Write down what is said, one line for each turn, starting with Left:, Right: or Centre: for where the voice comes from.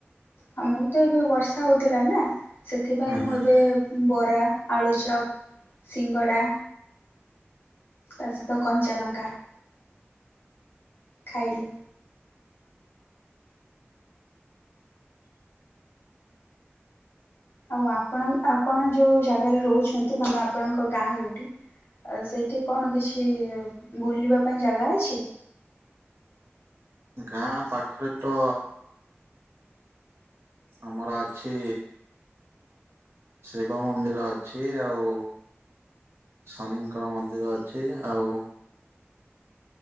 Left: ହଁ ମୁଁ ତ ଏବେ ବର୍ଷା ହଉଥିଲା ନା ସେଥିପାଇଁ
Right: ହୁଁ
Left: ମୁଁ ଏବେ ବରା ଆଳୁଚପ୍ ସିଙ୍ଗଡ଼ା ତା ସହିତ କଞ୍ଚା ଲଙ୍କା ଖାଇଲି। ଆଉ ଆପଣ ଆପଣ ଯେଉଁ ଜାଗାରେ ରହୁଛନ୍ତି ମାନେ ଆପଣଙ୍କ ଗାଁ ଯେଉଁଠି ଆଉ ସେଇଠି କଣ କିଛି ବୁଲିବା ପାଇଁ ଜାଗା ଅଛି?
Right: ଗାଁ ପାଖରେ ତ ଆମର ଅଛି ଶିବ ମନ୍ଦିର ଅଛି ଆଉ ଶନିଙ୍କର ମନ୍ଦିର ଅଛି ଆଉ